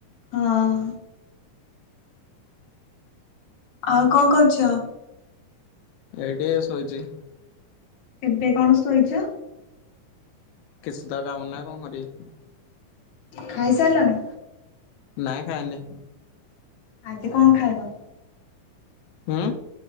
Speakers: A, on the left (about 65°); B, on the left (about 80°).
A: ହଁ। ଆଉ କଣ କରୁଛ?
B: ଏଇଠି ଶୋଇଚି।
A: ଏବେ କଣ ସୋଇଛ।
B: କିସ୍ତ କାମ ନାହିଁ କଣ କରିବି।
A: ଖାଇସାରିଲନି।
B: ନାଇଁ ଖାଇନି।
A: ଆଜି କଣ ଖାଇବ?
B: ଉଁ